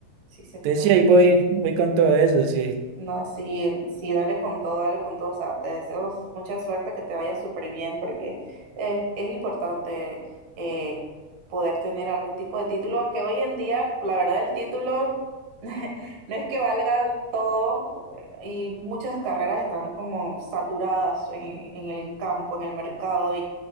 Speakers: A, on the right; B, on the right.
A: sí se puede.
B: Entonces sí, ahí
A: ok.
B: voy, voy con todo eso, sí.
A: No, sí, sí, dale con todo, dale con todo. O sea, te deseo mucha suerte, que te vaya súper bien, porque eh, es importante eh, poder tener algún tipo de título, aunque hoy en día, la verdad, el título <laughs> no es que valga del todo eh, y muchas carreras están como saturadas en, en el campo, en el mercado